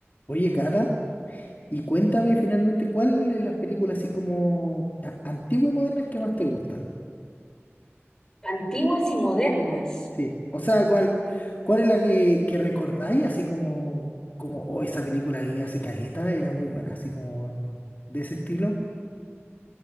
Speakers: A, on the left; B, on the left.
A: Oye, Cata, y cuéntame finalmente cuál de las películas así como a- antiguas y modernas que más te gustan.
B: Antiguas y modernas.
A: Sí. O sea, cuál, cuál es la que, que recordáis así como, como, oh, esa película que vi hace caleta era muy buena, así como de ese estilo.